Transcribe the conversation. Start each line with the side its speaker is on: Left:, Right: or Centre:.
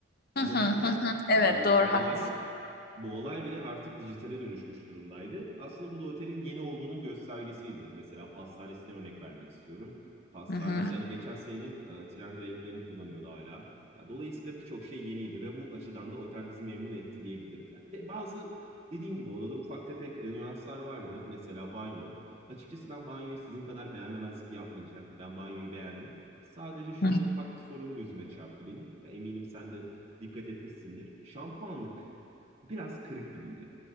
Right: Ama
Left: Hı hı
Right: burada
Left: hı. hı. Evet,
Right: e, bu
Left: doğru hak.
Right: olay bu olay bile artık dijitale dönüşmüş durumdaydı. Aslında bu da otelin yeni olduğunun göstergesiydi. Mesela pastanesine örnek vermek istiyorum. Pastanesi
Left: hı.
Right: hani geçen senenin e, trend renklerini kullanıyordu hala. Ya dolayısıyla birçok şey yeniydi ve bu açıdan da otel bizi memnun etti diyebilirim. Yani te- bazı dediğim gibi odada ufak tefek e, nüanslar vardı. Mesela banyo. Açıkçası ben banyoyu sizin kadar beğenmemezlik yapmayacağım. Ben banyoyu beğendim. Sadece şöyle
Left: Hı.
Right: ufak bir sorun gözüme çarptı benim. Ya eminim sen de dikkat etmişsindir. Şampuanlık biraz kırık gibiydi.